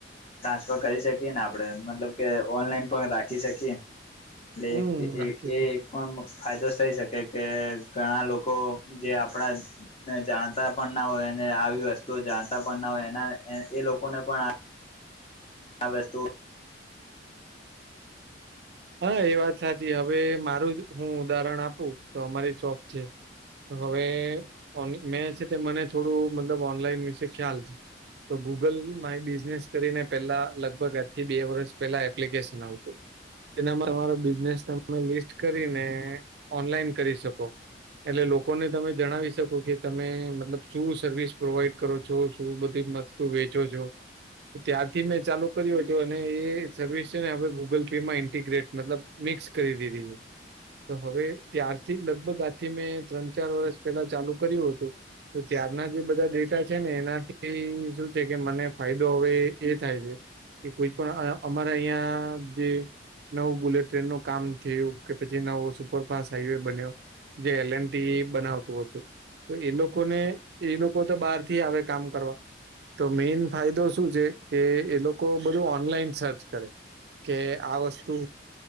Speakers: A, on the left; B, on the right.
A: ટ્રાન્સફર કરી શકીએ ને આપડણે મતલબ કે ઓનલાઈન પણ રાખી શકીએ એટલે
B: હમ રાખી
A: એ પણ ફાયદો થઈ શકે કે ઘણા લોકો જે આપણા જાણતા પણ ના હોયને આવી વસ્તુઓ જાણતા પણ ના હોય એના એ લોકોને પણ વસ્તુ
B: હા એ વાત સાચી હવે મારું જ હું ઉદાહરણ આપું તો અમારી જોબ છે. તો હવે મેં છે તે મને થોડું મલબ ઓનલાઈન વિશે ખ્યાલ છે. તો ગૂગલ માય બિઝનેસ કરીને પેલા લગભગ આજ થી બે વર્ષ પેલા એપ્લિકેશન આવતું. એના તમારો બિઝનેસ તમે લિસ્ટ કરીને ઓનલાઈન કરી શકો. એટલે લોકોને તમે જણાવી શકો કે તમે મતલબ શું સર્વિસ પ્રોવાઈડ કરો છો શું બધી વસ્તું વેચો છો. ત્યાંથી મેં ચાલુ કર્યો હતું અને એ સર્વિસ છે ને હવે ગૂગલ પે માં <unintelligible> મતલબ મિક્સ કરી દીધી છે. તો હવે ત્યારથી લગભગ આથી મેં ત્રણ ચાર વર્ષ પહેલા ચાલુ કર્યું હતું. તો ત્યારના જે બધા ડેટા છે ને એનાથી શું છે કે મને ફાયદો હવે એ થાય છે. એ કોઈ પણ અમારા અહિયાં જે નવું બુલેટ ટ્રેન નું કામ થયું કે પછી નવો સુપરફાસ્ટ હાઈવે બન્યો. જે એલ એન ટી બનાવતું હતું. તો એ લોકોને એ લોકો તો બહાર થી આવે કામ કરવા. તો મેન ફાયદો શું છે કે એ લોકો બધું ઓનલાઈન સર્ચ કર. કે આ વસ્તુ